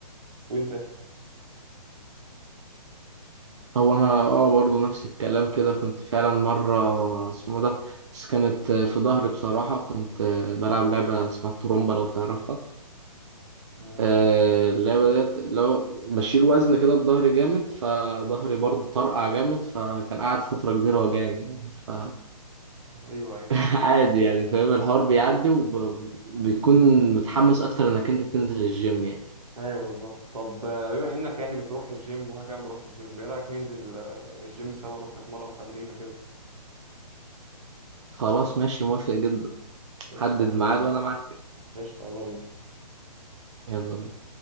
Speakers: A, on the right (about 65°); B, on the right (about 45°).
A: وأنت؟
B: هو انا اه برضو نفس الكلام كده كنت فعلا مره اسمه ده بس كانت في ظهري بصراحه كنت بلعب لعبه اسمها الترومبا لو تعرفها
A: امم
B: آه، اللعبه ديت لو بشيل وزن كده بظهري جامد فظهري برضو طرقع جامد فكان قاعد فتره كبيره وجعني يعني ف
A: أيوه أيوه
B: <laughs> عادي يعني فاهم
A: بالظبط
B: الحوار بيعدي وبيكون متحمس اكتر انك انت تنزل الجيم يعني
A: أيوه بالظبط طب آه، بما إنك يعني بتروح الجيم وأنا كمان بروح الجيم إيه رأيك ننزل آه، الجيم سوا نروح نتمرن تمرينة كده؟
B: خلاص ماشي موافق جدا حدد
A: قشطة
B: ميعاد وانا معاك
A: قشطة يلا بينا
B: يلا بينا